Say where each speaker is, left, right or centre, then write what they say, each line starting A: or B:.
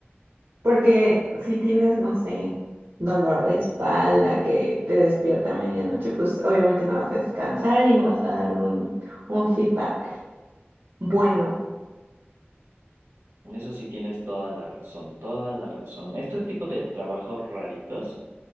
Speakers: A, on the right; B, on the right.
A: porque si tienes, no sé, dolor de espalda que te despierta a medianoche, pues obviamente no vas a descansar y no vas a dar un, un feedback bueno.
B: En eso sí tienes toda la razón, toda la razón. Este tipo de trabajos raritos,